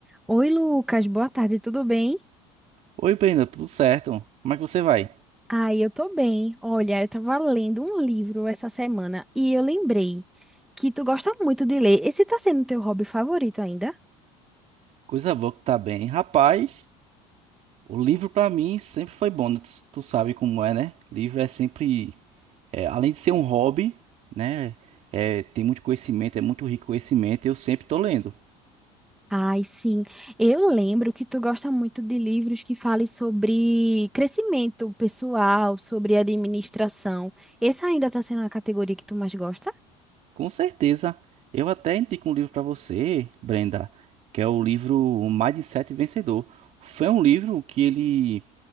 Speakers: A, in the centre; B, on the right (about 50°).
A: Oi, Lucas, boa tarde, tudo bem?
B: Oi, Brenda, tudo certo? Como é que você vai?
A: Ai, eu tô bem. Olha, eu tava lendo um livro essa semana e eu lembrei que tu gosta muito de ler. Esse tá sendo teu hobby favorito ainda?
B: Coisa boa que tá bem. Rapaz, o livro pra mim sempre foi bom, né? Tu, tu sabe como é, né? Livro é sempre, é, além de ser um hobby, né? É, tem muito conhecimento, é muito rico conhecimento, eu sempre tô lendo.
A: Ai, sim. Eu lembro que tu gosta muito de livros que falem sobre crescimento pessoal, sobre administração. Essa ainda tá sendo a categoria que tu mais gosta?
B: Com certeza. Eu até indico um livro para você, Brenda, que é o livro Mindset Vencedor. Foi um livro que ele